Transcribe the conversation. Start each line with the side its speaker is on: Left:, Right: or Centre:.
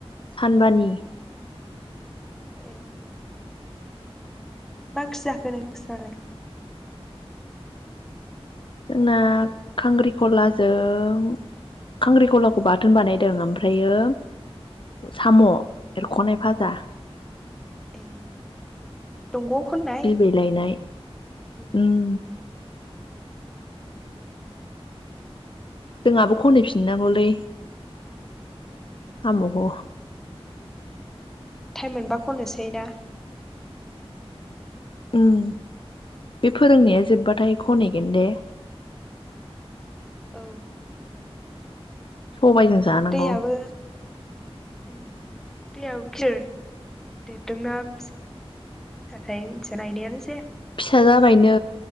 Left: सानबानि
Centre: ए मा ओंख्रि जाखो नोंस्रालाय?
Left: जोंना खांख्रिखलाजों खांख्रिखलाखौ बाथोन बानायदों ओमफ्रायो साम' एरख'नाय भाजा
Centre: ए दंग'आव खननाय
Left: बिबै लायनाय
Centre: उम
Left: ओम जोंहाबो खनहैफिननांगौलै। साम'खौ
Centre: टायेम मोनबा खननोसै ना?
Left: उम बे फोरोंनाया जोबबाथाय खनैगोन दे।
Centre: औ
Left: सबाइजों जानांगौ।
Centre: दैयाबो उम दैयाबो गिदिर देददोंना फिसा थाय मिथिया नायनायानो जायाखै।
Left: फिसा जाबायनो